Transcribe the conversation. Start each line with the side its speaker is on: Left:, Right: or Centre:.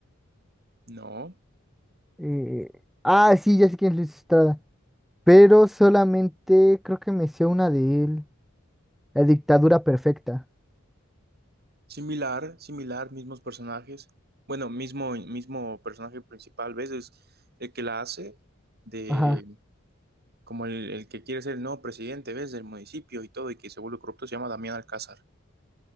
Right: No.
Centre: Eh, ah, sí, ya sé quién es Luis Estrada. Pero solamente creo que me sé una de él. La dictadura perfecta.
Right: Similar, similar, mismos personajes. Bueno, mismo, mismo personaje principal, ¿ves? Es el que la hace de
Centre: Ajá.
Right: como el, el que quiere ser el nuevo presidente, ¿ves? Del municipio y todo, y que se vuelve corrupto, se llama Damián Alcázar.